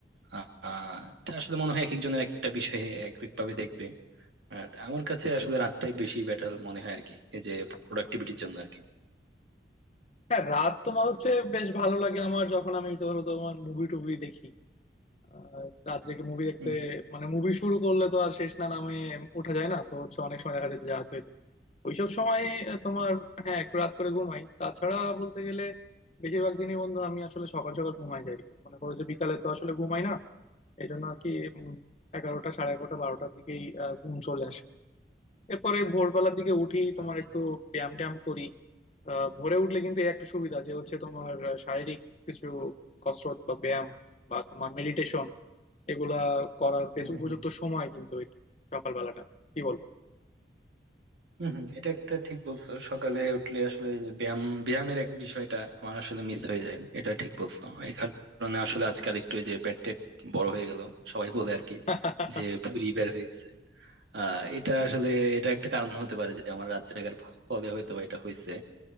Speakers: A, on the right; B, on the left.
A: আহ এটা আসলে মনে হয় এক একজনের এক একটা বিষয়ে এক এক ভাবে দেখবে আর আমার কাছে আসলে রাতটাই বেশি বেটার মনে হয় আর কি এই যে প্রোডাক্টিভিটির জন্য আর কি
B: হ্যাঁ রাত তোমার হচ্ছে বেশ ভালো লাগে আমার যখন আমি ধরো তোমার মুভি টুভি দেখি আর রাত জেগে মুভি দেখতে
A: হম হম
B: মানে মুভি শুরু করলে তো আর শেষ না নামে উঠা যায় না তো হচ্ছে অনেক সময় দেখা যাচ্ছে যে রাত হয়ে যায় ওইসব সময় তোমার হ্যাঁ একটু রাত করে ঘুমাই তাছাড়া বলতে গেলে বেশিরভাগ দিনই বন্ধু আমি আসলে সকাল সকাল ঘুমাই যাই মনে করো যে বিকালে তো আসলে ঘুমাই না এই জন্য আর কি উম, এগারোটা সাড়ে এগারোটা বারোটার দিকেই আহ, ঘুম চলে আসে এরপরে ভোরবেলার দিকে উঠি তোমার
A: আচ্ছা
B: একটু ব্যায়াম ট্যায়াম করি আহ, ভোরে উঠলে কিন্তু এই একটা সুবিধা যে হচ্ছে তোমার আহ, শারীরিক কিছু কসরত বা ব্যায়াম বা তোমার মেডিটেশন এগুলা করার বেশ
A: হুম
B: উপযুক্ত
A: হুম
B: সময় কিন্তু এই সকালবেলাটা কি বলবো
A: হুম হুম, এটা একটা ঠিক বলছো সকালে উঠলে আসলে এই যে ব্যায়াম ব্যায়ামের এক বিষয়টা আমার আসলে মিস হয়ে যায় এটা ঠিক বলছো এই কারণে আসলে আজকাল একটু এই যে পেট টেট বড় হয়ে গেল সবাই বলে আর কি
B: <laughs>
A: যে ভুঁড়ি বের হয়ে গেছে আহ এটা আসলে এটা একটা কারণ হতে পারে যে আমার রাত জাগার ফলে হয়তো বা এটা হয়েছে